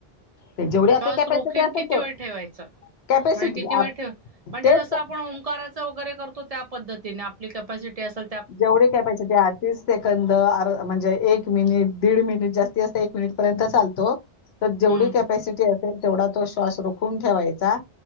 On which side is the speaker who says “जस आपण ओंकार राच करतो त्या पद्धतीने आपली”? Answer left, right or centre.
Right